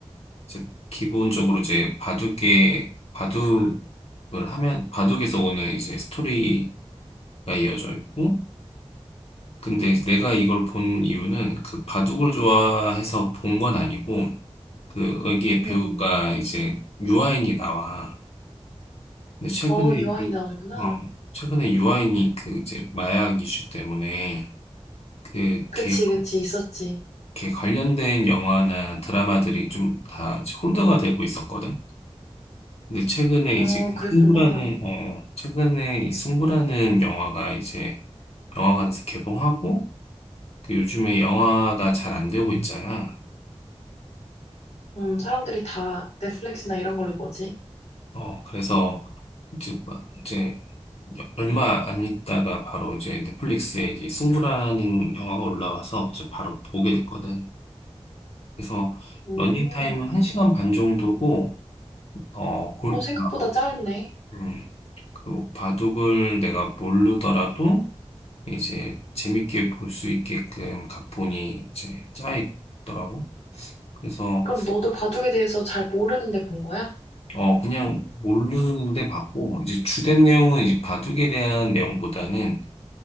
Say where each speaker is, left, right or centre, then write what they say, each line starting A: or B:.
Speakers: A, on the left; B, on the left.
A: 이제 기본적으로 이제 바둑에, 바둑을 하면, 바둑에서 오는 이제 스토리가 이어져 있고, 근데 내가 이걸 본 이유는 그 바둑을 좋아해서 본 건 아니고, 그, 여기에
B: 응응.
A: 배우가 이제 유아인이 나와. 근데 최근에,
B: 어, 유아인
A: 유,
B: 나오는구나.
A: 어, 최근에 유아인이 그 이제 마약 이슈 때문에 그
B: 그치,
A: 걔,
B: 그치, 있었지.
A: 이렇게 관련된 영화나 드라마들이 좀 다 홀드가 되고 있었거든. 근데 최근에
B: 어,
A: 이제 그
B: 그랬구나.
A: 승부라는 어 최근에 이 승부라는 영화가 이제 영화관에서 개봉하고 또 요즘에 영화가 잘 안 되고
B: 음.
A: 있잖아.
B: 음, 사람들이 다 넷플릭스나 이런 걸로 보지.
A: 어 그래서 이제 막- 이제 얼마 안 있다가 바로 이제 넷플릭스에 이제 승부라는 영화가 올라와서 이제 바로 보게 됐거든. 그래서
B: 음,
A: 러닝 타임은 1시간 반 정도고 어 골,
B: 어, 생각보다
A: 아,
B: 짧네.
A: 음. 그리고 바둑을 내가 모르더라도 이제 재밌게 볼 수 있게끔 각본이 이제 짜 있더라고. 그래서
B: 그럼 너도 바둑에 대해서 잘 모르는데 본 거야?
A: 어 그냥 모르는데 봤고 이제 주된 내용은 이제 바둑에 대한 내용보다는